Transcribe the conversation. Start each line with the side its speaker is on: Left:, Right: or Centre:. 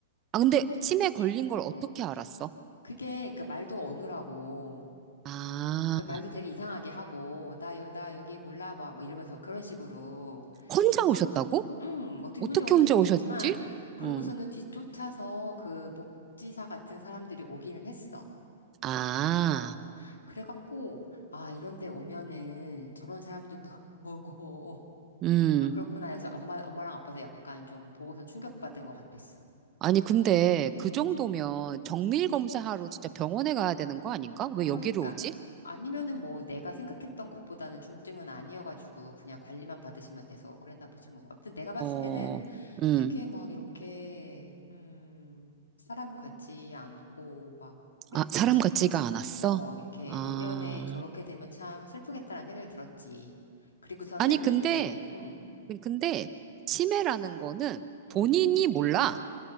Right: 아 근데 치매 걸린 걸 어떻게 알았어?
Left: 그게 그니까 말도 어눌하고
Right: 아,
Left: 그 말도 되게 이상하게 하고 나, 여, 나 여기 몰라 막 뭐 이러면서 막 그런 식으로
Right: 혼자
Left: 그래서
Right: 오셨다고?
Left: 음 어떻게
Right: 어떻게
Left: 혼자 오셨는지
Right: 혼자
Left: 모르겠지만
Right: 오셨지?
Left: 그러고서는
Right: 응.
Left: 뒤쫓아서 그 복지사 같은 사람들이 오기는 했어.
Right: 아,
Left: 어. 그래갖고, 아, 이런 데 오면은 저런 사람들도 <laughs> 보고,
Right: 음.
Left: 아, 그렇구나. 그래서 엄마, 엄마랑 아빠도 약간 좀 보고서 충격받은 것 같았어.
Right: 아니 근데 그
Left: 응.
Right: 정도면 정밀 검사하러 진짜 병원에 가야 되는 거 아닌가? 왜
Left: 그러니까.
Right: 여기로 오지?
Left: 아니면은 뭐 내가 생각했던 것보다는 중증은 아니어가지고 그냥 관리만 받으시면 돼서 그랬나 보지 뭐. 아무튼 내가 봤을
Right: 어,
Left: 때는
Right: 음.
Left: 되게 막 이렇게, 음, 사람 같지 않고 막 그랬어.
Right: 아, 사람 같지가 않았어?
Left: 어, 이렇게
Right: 아.
Left: 노년에 저렇게 되면 참 슬프겠다라는 생각이 들었지. 그리고서는
Right: 아니 근데
Left: 이제, 음,
Right: 근데 치매라는 거는
Left: 음,
Right: 본인이 몰라.